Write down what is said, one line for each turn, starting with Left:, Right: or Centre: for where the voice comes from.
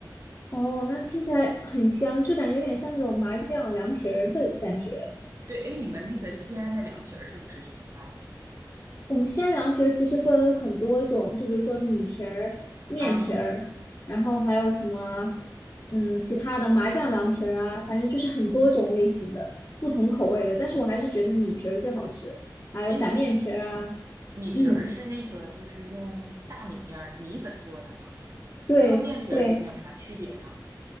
Left: 哦，那听起来很香，就感觉有点像那种麻酱凉皮儿的感觉。
Right: 对，哎，你们那个西安的凉皮儿是不是这么拌的？
Left: 我们西安凉皮儿其实分很多种，就比如说米皮儿、面皮儿，
Right: 啊，
Left: 然后还有什么，嗯，其他的麻酱凉皮儿啊，反正就是很多种类型的，不同口味的。但是我还是觉得米皮儿最好吃，还有擀面皮儿啊，
Right: 哎，米米皮儿是那个，
Left: 嗯，
Right: 就是用大米面儿米粉做的吗？
Left: 对对，
Right: 它和面皮儿之间有啥区别呢？